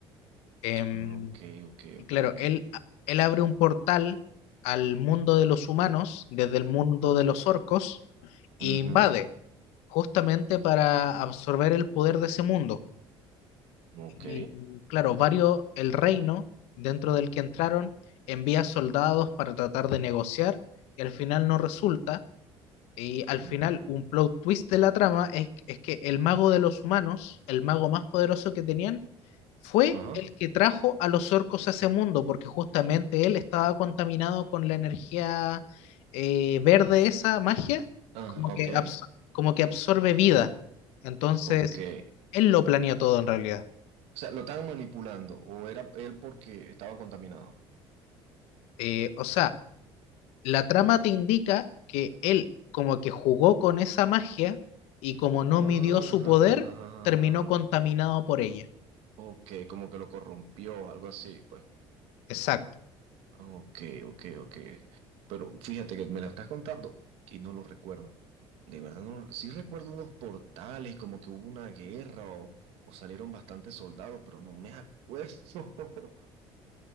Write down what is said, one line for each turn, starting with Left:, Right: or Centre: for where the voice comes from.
Left: Em,
Right: Ah, ok, ok,
Left: y
Right: ok,
Left: claro,
Right: ok.
Left: él, él abre un portal al mundo de los humanos, desde el mundo de los orcos, e
Right: Ujú.
Left: invade, justamente para
Right: O-
Left: absorber el poder de ese mundo.
Right: Ok.
Left: Y claro, varios, el reino dentro del que entraron envía soldados para tratar de negociar y al final no resulta Y al final,
Right: Ujú.
Left: un plot twist de la trama es, es que el mago de los humanos, el mago más poderoso que tenían, fue
Right: Ajá.
Left: el que trajo a los orcos a ese mundo, porque justamente él estaba contaminado con la energía eh, verde, esa magia,
Right: Ah,
Left: como que,
Right: ok.
Left: abs- como que absorbe vida. Entonces,
Right: Ok. O
Left: él lo planeó todo en realidad.
Right: sea, lo estaban manipulando o era él porque estaba contaminado.
Left: Eh, o sea, la trama te indica que él como que jugó con esa magia y como no
Right: Ah,
Left: midió su
Right: ja,
Left: poder,
Right: ja, ja, ja,
Left: terminó
Right: ja, ja.
Left: contaminado
Right: ja.
Left: por ella.
Right: Ok, como que lo corrompió, algo así, pues.
Left: Exacto.
Right: Ok, ok, ok. Pero fíjate que me lo estás contando y no lo recuerdo. De verdad, no, lo- sí recuerdo unos portales, como que hubo una guerra o, o salieron bastantes soldados, pero no me acuerdo. <laughs>